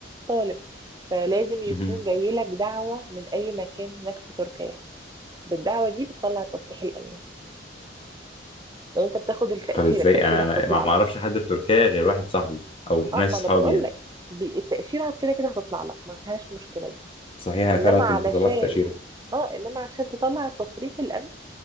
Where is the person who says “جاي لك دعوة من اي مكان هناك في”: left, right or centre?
Right